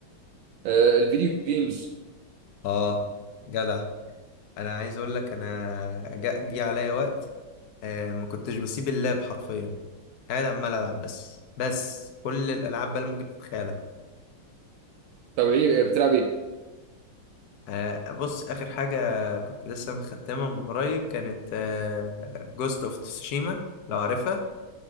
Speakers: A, on the right; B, on the left.
A: آه، الفيديو جيمز
B: اه جدع انا عايز اقول لك انا جا- جه عليا وقت آه، ما كنتش بسيب اللاب حرفيا قاعد عمال العب بس بس كل الالعاب بقى اللي ممكن تتخيلها
A: طب ايه إيه، بتلعب ايه؟
B: آه، بص اخر حاجه كنت لسه مختمها من قريب كانت جوست اوف تسوشيما لو عارفها